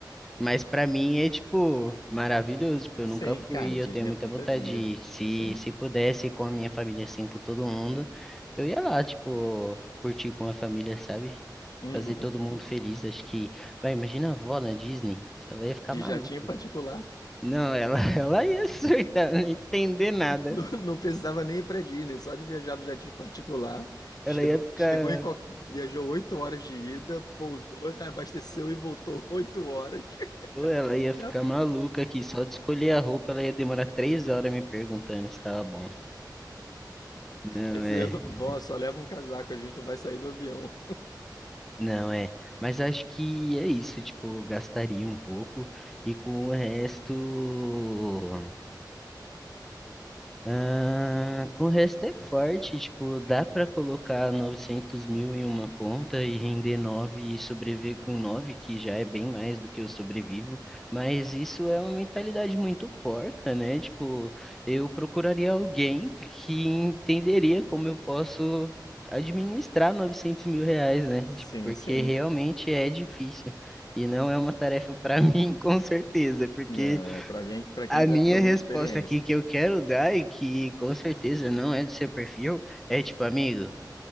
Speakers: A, in the centre; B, on the left.
A: Mas para mim é, tipo, maravilhoso. Tipo, eu
B: Sim,
A: nunca fui,
B: cara, Disney
A: eu tenho muita
B: é fantasia.
A: vontade de ir. Se,
B: Sim.
A: se pudesse, com a minha família, assim, com todo mundo, eu ia lá, tipo, curtir com a família, sabe?
B: Uhum.
A: Fazer todo mundo feliz. Acho que, vai, imagina a avó na Disney, ela ia ficar
B: De
A: maluca.
B: jatinho particular
A: Não, ela, <laughs> ela ia surtar, não ia entender nada.
B: Não, não precisava nem ir pra Disney, só de viajar no jardim particular. Chegou,
A: Ela ia ficar.
B: chegou em, qual- viajou oito horas de ida, pousou, abasteceu e voltou oito horas. <laughs>
A: Ou ela ia ficar
B: Já-
A: maluca aqui, só de escolher a roupa ela ia demorar três horas me perguntando se tava bom. Não
B: Aí você,
A: é,
B: vó, só leva um casaco, a gente não vai sair do avião.
A: não é. Mas acho que é isso, tipo, gastaria um pouco e com o resto. Ah, com o resto é forte, tipo, dá para colocar 900 mil em uma conta e render 9 e sobreviver com 9 que já é bem mais do que eu sobrevivo, mas isso é uma mentalidade muito porca, né? Tipo, eu procuraria alguém que entenderia como eu posso administrar 900 mil reais, né?
B: Sim,
A: Tipo, Porque
B: sim.
A: realmente é difícil. E não é uma tarefa para <laughs> mim, com certeza, porque
B: Na, pra alguém, para quem
A: a
B: já
A: minha
B: tem alguma
A: resposta
B: experiência.
A: aqui que eu quero dar e que com certeza não é do seu perfil é tipo, amigo,